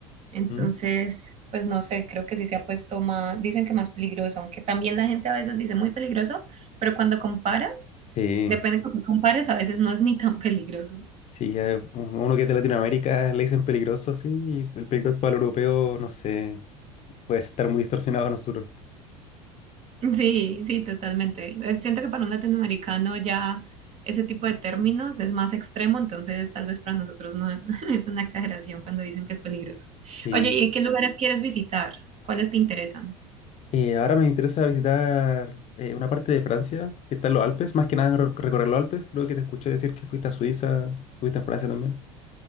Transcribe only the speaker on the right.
Entonces,
pues no sé, creo que sí se ha puesto más, dicen que más peligroso, aunque también la gente a veces dice muy peligroso, pero cuando comparas,
depende de cómo compares, a veces no es ni tan peligroso.
Sí, sí, totalmente. Eh, Siento que para un latinoamericano ya ese tipo de términos es más extremo, entonces tal vez para nosotros no <laughs> es una exageración cuando dicen que es peligroso.
Oye, ¿y qué lugares quieres visitar? ¿Cuáles te interesan?